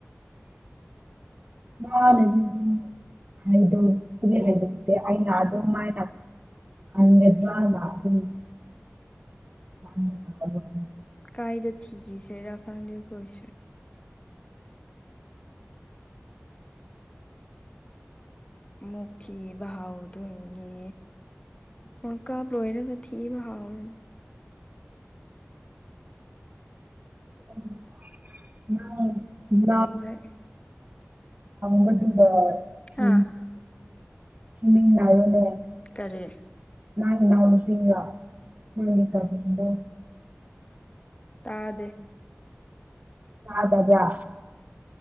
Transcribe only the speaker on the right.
<unintelligible> ꯍꯥꯏꯗꯣ <unintelligible> <unintelligible> ꯑꯗꯨ ꯂꯩꯗꯦ ꯑꯗꯨꯃꯥꯏꯅ <unintelligible> <unintelligible> ꯎ <unintelligible> <unintelligible>
<unintelligible>
ꯃꯥꯒ ꯇꯗ ꯁꯤ
ꯁꯤꯃꯤ ꯂꯅꯥꯅꯦ <unintelligible> <unintelligible> <unintelligible>
ꯅ ꯏꯟꯅ ꯎꯝꯄꯤꯒ ꯀꯣ <unintelligible> <unintelligible> <unintelligible>
ꯇꯥꯗꯕ꯭ꯔꯥ